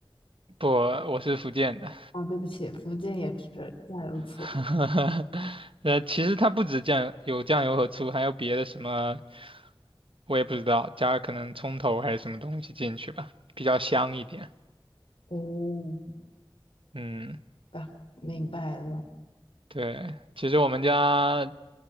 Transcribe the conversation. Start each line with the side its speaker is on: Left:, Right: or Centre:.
Right: 不，我是福建的。
Left: 哦，对不起，福建也吃酱油醋。
Right: <laughs> 呃，其实它不止酱，有酱油和醋，还有别的什么，我也不知道，加可能葱头还是什么东西进去吧，比较香一点。
Left: 哦，
Right: 嗯，
Left: 啊明白了。
Right: 对，其实我们家，